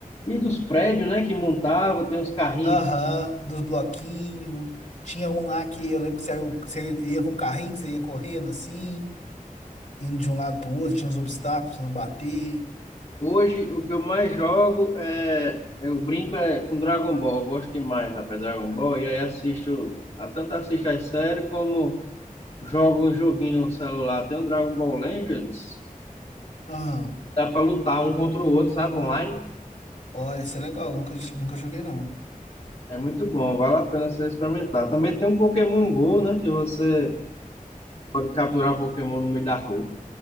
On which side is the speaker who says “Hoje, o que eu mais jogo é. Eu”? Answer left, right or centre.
Left